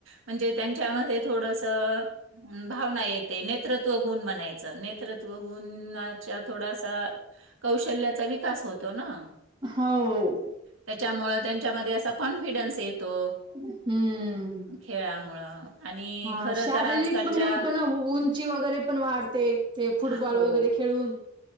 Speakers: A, on the right; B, on the right.
A: म्हणजे, त्यांच्यामध्ये थोडंसं. भावना येते नेतृत्वगुण, म्हणायचं नेतृत्वगुणा. थोडासा कौशल्याचा, विकास होतो ना.
B: हो
A: त्यांच्यामुळे त्यांच्यामध्ये, असा कॉन्फिडन्स येतो.
B: हम्म.
A: खेळामुळं आणि
B: हा
A: खरं
B: शारीरिक
A: तर आजकालच्या
B: पण हे होतं, ना उंची वगैरे. पण वाढते, ते फुटबॉल
A: हो,
B: वगैरे खेळून.